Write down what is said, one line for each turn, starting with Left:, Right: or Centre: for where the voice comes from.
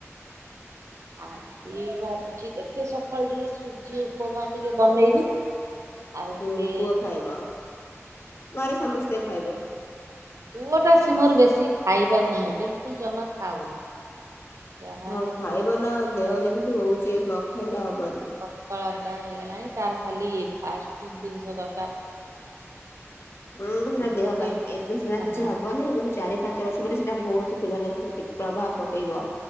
Right: ଆଜି ଭାବିଛି ଦେଖେ ସଖାଳୁ ଟିକେ ସୁଜି ଉପମା ଟିକେ ବନେଇବି। ଆଉ
Left: ହୁଁ
Right: ଟିକେ
Left: ପୁଅ ଖାଇବ, ଘରେ ସମସ୍ତେ ଖାଇବେ।
Right: ପୁଅଟା ସେ ମୋର ବେଶି ଖାଇବାକୁ <unintelligible> ବିଲକୁଲ୍ ଜମା ଖାଉନି। ଯାହା
Left: ହଁ
Right: ହେଲାକୁ
Left: ଖାଇବ
Right: ବି
Left: ନା, ଦେହ ଯେମ୍ତି ହଉଛି ନ ଖାଇଲେ ହବନି।
Right: ପତଳା ପୁରା ହେଇଗଲାଣି ତାର ଖାଲି ଫାଷ୍ଟ ଫୁଡ୍ ଜିନିଷ ଦରକାର୍।
Left: ହଁ ସେଟା ଦେହ
Right: ଦୋକାନ
Left: ପାଇଁ ଏବେ ସିନା କିଛି
Right: ହଁ
Left: ହବନି, କିନ୍ତୁ ଚାରି ପାଞ୍ଚ ବର୍ଷ ପରେ ସେଟା ବହୁତ୍ ଥିବ ନା କ୍ଷତି ପ୍ରଭାବ ପକେଇବ।